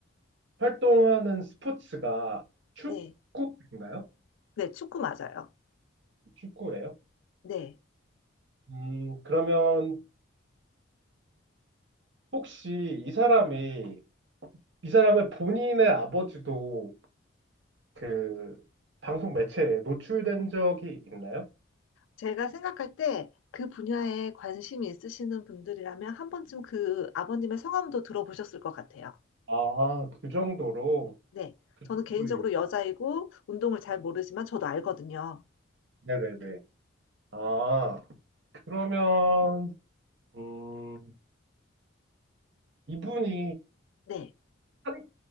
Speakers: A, on the right; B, on the left.
A: 활동하는 스포츠가 축구인가요?
B: 네, 네, 축구 맞아요.
A: 축구예요?
B: 네,
A: 음, 그러면 혹시 이 사람이 이 사람의 본인의 아버지도 그 방송 매체에 노출된 적이 있나요?
B: 제가 생각할 때 그 분야에 관심이 있으시는 분들이라면 한 번쯤 그 아버님의 성함도 들어보셨을 것 같아요.
A: 아, 그 정도로
B: 네,
A: 그
B: 저는
A: 정도로
B: 개인적으로
A: 유명-
B: 여자이고 운동을 잘 모르지만 저도 알거든요.
A: 네네네. 아, 그러면, 음, 이분이
B: 네,
A: 한,